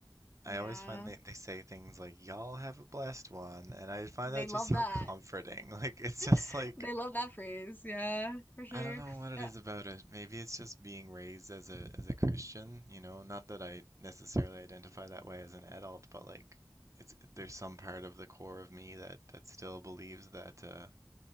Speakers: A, on the right (about 40°); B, on the left (about 25°).
A: I
B: yeah.
A: always find they, they say things like, Y'all have a blessed one. And I find
B: They
A: that
B: love
A: just so
B: that.
A: comforting. <laughs> Like it's just
B: <laughs>
A: like
B: They love that phrase. Yeah, for sure.
A: I don't know what it
B: Uh,
A: is about it. Maybe it's just being raised as a as a Christian, you know, not that I necessarily identify that way as an adult, but like it's there's some part of the core of me that that still believes that uh,